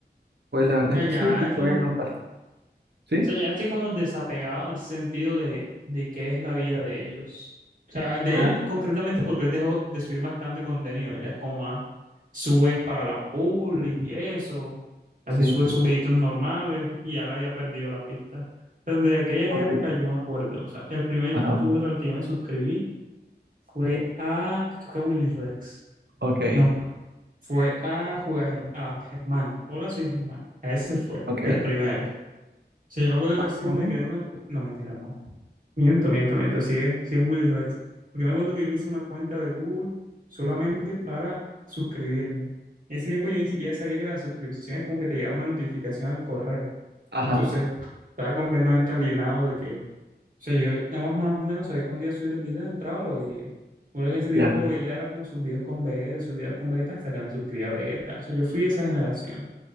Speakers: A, on the right; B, on the right.
A: Pues la verdad
B: sea,
A: es que
B: ya
A: sí, sí
B: eso,
A: fue
B: o
A: nostálgico. ¿Sí?
B: sea, ya estoy como desapegado en ese sentido de, de qué es la vida de ellos. O sea, de
A: Ah,
B: él concretamente porque él dejó de subir bastante contenido. Él ya es como más, sube para las publis y eso. A
A: sí.
B: veces sube sus videitos normales y ya le había perdido la pista. Desde aquellas
A: Ok.
B: épocas yo me acuerdo. O sea, el primer
A: Ajá.
B: youtuber al que yo me suscribí fue a, creo que a Willy Rex.
A: Ok.
B: No, fue a Juega Germ- a Germán. Hola, soy Germán. A ese fue
A: Ok.
B: el primero. sea, yo me acuerdo
A: Vale,
B: que ese tipo
A: vale.
B: me creó una... cu- No, mentira, no. Miento, miento, miento. Sí es, sí es Willy Rex. Porque me acuerdo que yo me hice una cuenta de Google solamente para suscribirme. En ese tiempo yo ni siquiera sabía que las suscripciones como que te llegaba una notificación al correo.
A: Ajá.
B: Entonces, estaba completamente alienado de que... O sea, yo nada más más o menos sabía cuándo iba a subir el video, entraba, lo veía. Me que en ese tiempo
A: Ya.
B: veía era como sus videos con Vegeta, sus videos con Vegeta hasta que me suscribía a Vegeta. O sea, yo fui de esa generación.